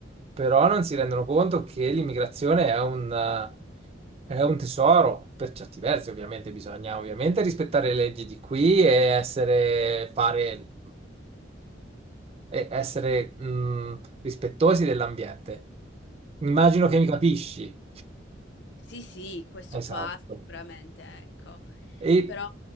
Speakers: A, on the right; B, on the left.
A: però non si rendono conto che l'immigrazione è un, eh, è un tesoro, per certi versi ovviamente bisogna ovviamente rispettare le leggi di qui e essere, fare, e essere mh, rispettosi dell'ambiente. Immagino che mi capisci.
B: Sì, sì, questo
A: Esatto.
B: qua sicuramente, ecco.
A: E
B: Però